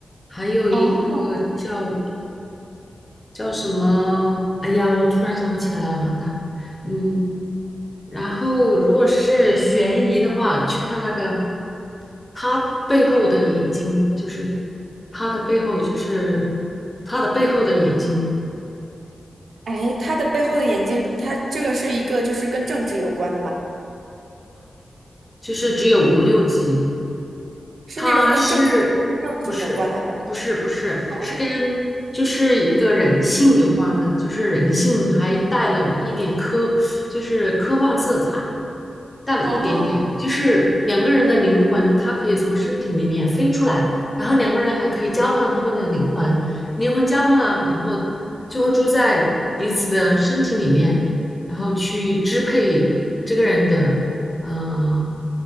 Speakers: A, on the left; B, on the right.
A: 还有一个叫
B: 哦，
A: 叫什么？哎呀，我突然想不起来了，完蛋了。嗯，然后如果是悬疑的话，去看那个他背后的眼睛，就是他的背后，就是他的背后的眼睛，
B: 哎，他的背后的眼睛，他这个是一个就是跟政治有关的吗？
A: 就是只有五六集。
B: 是那种跟政跟政治有关的还是？
A: 他是不是不是不是是跟就是一个人性有关的，
B: 哦
A: 就是人性还带了一点科，就是科幻色彩，带了一点点，
B: 哦。
A: 就是两个人的灵魂，它可以从身体里面飞出来，然后两个人还可以交换他们的灵魂，灵魂交换了以后，就会住在彼此的身体里面，然后去支配这个人的，呃，